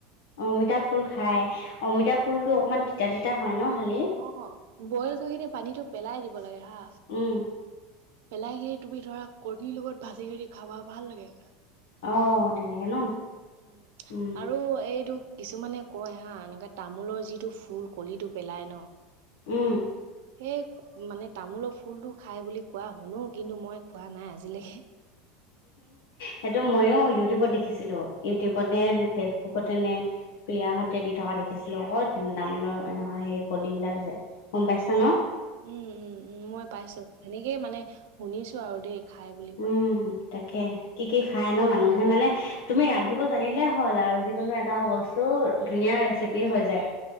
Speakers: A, on the left; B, on the right.
A: অমিতা ফুল খাই অমিতা ফুল টো অকমান তিতা তিতা হয় ন খালি
B: অ বইল কৰি কিনে পানীটো পেলাই দিব লাগে হা
A: উম,
B: পেলাই কি তুমি ধৰা কনীৰ লগত ভাজি কৰি খাবা ভাল লাগে।
A: অ তেনেকে ন
B: উম
A: উম,
B: আৰু এইটো কিছুমানে কয় হা এনেকে তামোলৰ যিটো ফুল কলিটো পেলাই ন
A: উম
B: সেই মানে তামোলৰ ফুলটো খাই বুলি কোৱা শুনো কিন্তু মই খোৱা নাই আজিলৈকে
A: সেইটো ময়ো ইউটিউবত দেখিছিলো ইউটিউবতে নে ফেচবুকতে নে প্ৰিয়াহঁতে দি থকা দেখিছিলো আকৌ তেন তামোলৰ এনেকুৱা সেই কলিবিলাক যে গম পাইছা
B: উ
A: ন
B: উম উম উম মই পাইছো সেনেকেই মানে শুনিছো আৰু দেই খায় বুলি
A: উম
B: কয়
A: তাকে কি কি খায় ন মানুহে মানে তুমি ৰান্ধিব জানিলে হ'ল আৰু যিকোনো এটা বস্তু বোৰ ধুনীয়া ৰেচিপি হৈ যায়